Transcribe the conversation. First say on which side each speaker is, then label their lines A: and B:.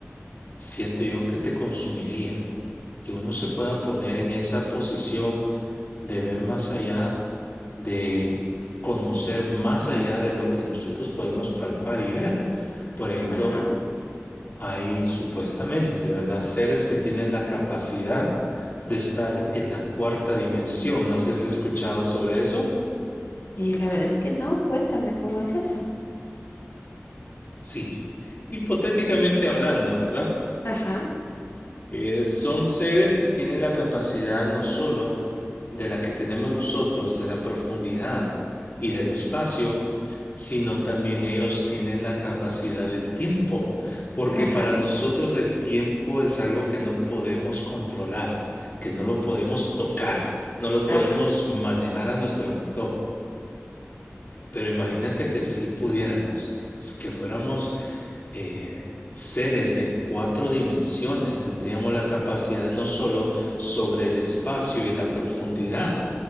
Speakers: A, on the left (about 40°); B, on the left (about 55°).
A: siento yo que te consumiría, que uno se pueda poner en esa posición de ver más allá, de conocer más allá de lo que nosotros podemos palpar y ver. Por ejemplo,
B: ajá.
A: hay supuestamente, ¿verdad? Seres que tienen la capacidad de estar en la cuarta dimensión. No sé si has escuchado sobre eso.
B: Y la verdad es que no, cuéntame cómo es eso.
A: Sí, hipotéticamente hablando, ¿verdad?
B: Ajá,
A: Eh, son seres que tienen la capacidad no solo de la que tenemos nosotros, de la profundidad y del espacio, sino también ellos tienen la capacidad del tiempo, porque
B: ajá,
A: para nosotros el tiempo es algo que no podemos controlar, que no lo podemos tocar, no lo podemos
B: ajá.
A: manejar a nuestro antojo. Pero imagínate que si pudiéramos, s- que fuéramos eh, seres de cuatro dimensiones, tendríamos la capacidad no solo sobre el espacio y la profundidad